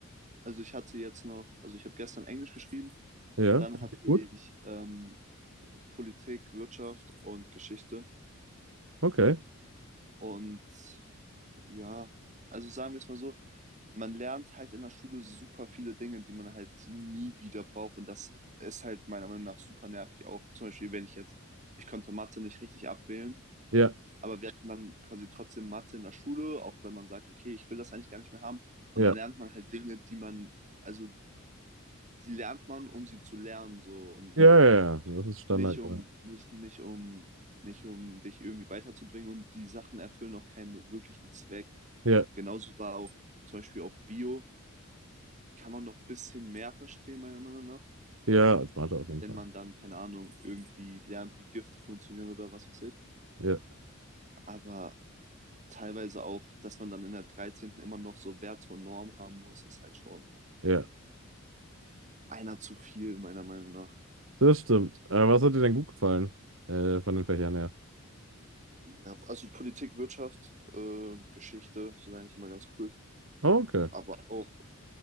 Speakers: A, on the right; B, on the right.
A: also ich hatte jetzt noch, also ich habe gestern Englisch geschrieben,
B: Ja,
A: dann hatte
B: gut,
A: ich ähm, Politik, Wirtschaft und Geschichte.
B: okay.
A: Und ja, also sagen wir es mal so, man lernt halt in der Schule super viele Dinge, die man halt nie wieder braucht. Und das ist halt meiner Meinung nach super nervig. Auch zum Beispiel, wenn ich jetzt, ich konnte Mathe nicht richtig abwählen,
B: Ja,
A: aber wir hatten dann quasi trotzdem Mathe in der Schule, auch wenn man sagt, okay, ich will das eigentlich gar nicht mehr haben. Und
B: ja,
A: dann lernt man halt Dinge, die man, also die lernt man, um sie zu lernen, so und
B: ja, ja, ja. Das ist Standard.
A: nicht um, nicht, nicht um, nicht um dich irgendwie weiterzubringen und die Sachen erfüllen auch keinen wirklichen Zweck.
B: Ja,
A: Genauso war auch zum Beispiel auch Bio, kann man noch ein bisschen mehr verstehen, meiner Meinung nach,
B: ja, als Mathe auf jeden
A: wenn
B: Fall.
A: man dann, keine Ahnung, irgendwie lernt, wie Gifte funktionieren oder was weiß ich.
B: Ja,
A: Aber teilweise auch, dass man dann in der dreizehnten immer noch so Werte und Normen haben muss, ist halt schon
B: ja,
A: einer zu viel, meiner Meinung nach.
B: das stimmt. Aber was hat dir denn gut gefallen? Äh, von den Fächern her.
A: Ja, also Politik, Wirtschaft äh, und Geschichte sind eigentlich immer ganz cool.
B: Oh, okay,
A: Aber auch,